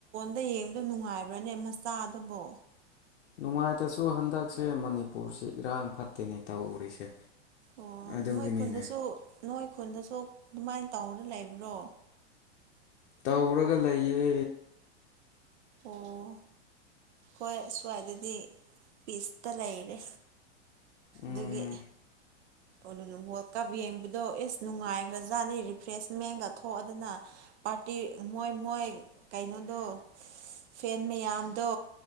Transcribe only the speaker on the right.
ꯑꯝꯇ ꯌꯦꯡꯕꯗꯣ ꯅꯨꯡꯉꯥꯏꯕ꯭ꯔꯅꯦ ꯑꯃ ꯆꯥꯗꯕꯣ
ꯑꯣ
ꯅꯣꯏ ꯈꯨꯟꯗꯁꯨ꯫ ꯅꯣꯏ ꯈꯨꯟꯗꯁꯨ ꯑꯗꯨꯃꯥꯏꯅ ꯇꯧꯔꯒ ꯂꯩꯕ꯭ꯔꯣ꯫
ꯑꯣ ꯍꯣꯏ ꯁ꯭ꯋꯥꯏꯗꯗꯤ ꯄꯤꯁꯇ ꯂꯩꯔꯦ꯫
ꯗꯒꯤ꯫ ꯑꯗꯨ ꯍꯣꯠ ꯀꯥꯞ ꯌꯦꯡꯕꯗꯣ ꯑꯦꯁ ꯅꯨꯡꯉꯥꯏꯈ꯭ꯔꯖꯥꯠꯅꯤ ꯔꯤꯐ꯭ꯔꯦꯁꯃꯦꯟꯒ ꯊꯣꯛꯑꯗꯅ꯫ ꯄꯥꯔꯇꯤ ꯃꯣꯏ ꯃꯣꯏ ꯀꯩꯅꯣꯗꯣ ꯐꯦꯟ ꯃꯌꯥꯝꯗꯣ